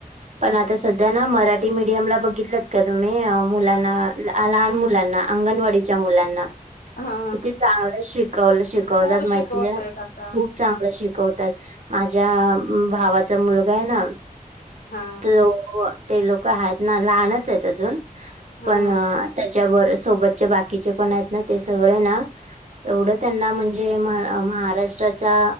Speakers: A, on the right; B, on the left.
A: पण आता सध्या ना मराठी मीडियमला बघितलंत का तुम्ही अ मुलांना लहान मुलांना अंगणवाडीच्या मुलांना
B: हा
A: किती चांगलं शिकवलं शि कवतात
B: हो
A: माहिती
B: शिकवतायत
A: आहे
B: आता
A: खुप चांगलं शिकवतात माझ्या भावाचा मुलगा आहे ना
B: हा
A: तो ते लोक आहेत ना लहानच आहेत अजून
B: हा
A: पण त्याच्या वर सोबतचे बाकीचे पण आहेत ना ते सगळे ना एवढं त्यांना म्हणजे म-महाराष्ट्राच्या